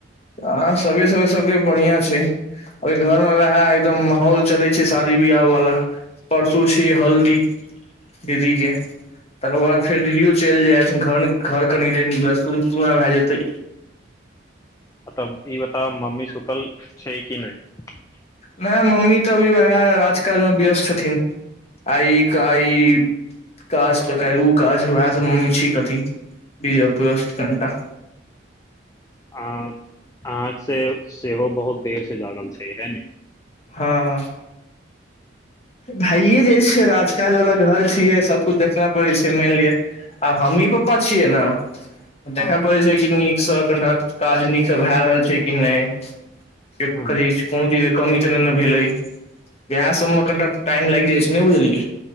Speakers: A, on the left; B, on the left.
A: आ सभे सबे सभके बढ़िआँ छै अभी घरमे उएह एकदम माहौल चलै छै शादी बियाह वला परसू छिय हल्दी दीदी कें तकर बाद फेर दीदियो चलि जाएत घर घर कनि दिन ला सून सूना भऽ जएतै
B: तब ई बताव मम्मी से सुतल छै कि नहि
A: नहि मम्मी तऽ अभी उएह राज काजमे व्यस्त छथिन आइ कइ काज तऽ काल्हि ओ काज उएह सभ मम्मी छथिन व्यस्त कनिटा
B: अ अहाँ से सेहो बहुत देर से जागल छै हा ने
A: हां भाये जाइ छै राजकाजवला घर छियै सबकुछु देखनाय पड़ै छै मानि लिअ आब हमही पप्पा छियै ने देख
B: हँ
A: पड़ै छै कि नीक सब कनिटा काज नीक से भय रहल छै कि नहि
B: हूँ
A: की कोन कमी त भेलै या सम्मखनि टाम लागि जाइ छै न नहि बुझलिै